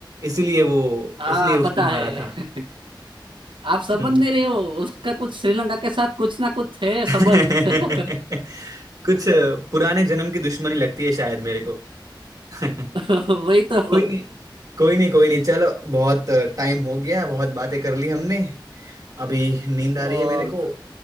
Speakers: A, on the right (about 45°); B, on the right (about 80°).
A: इसीलिए वो
B: हाँ
A: इसलिए उसने
B: पता
A: मारा
B: है
A: था
B: <laughs> आप संबंध
A: हम्म।
B: दे रहे हो उसका कुछ श्रीलंका के साथ कुछ ना कुछ है
A: <laughs>
B: संबंध <laughs>
A: कुछ पुराने जन्म की दुश्मनी लगती है शायद मेरे को <laughs>
B: वही तो
A: कोई नहीं कोई नहीं कोई नहीं चलो बहुत टाइम हो गया बहुत बातें कर ली हमने अभी नींद
B: और
A: आ रही है मेरे को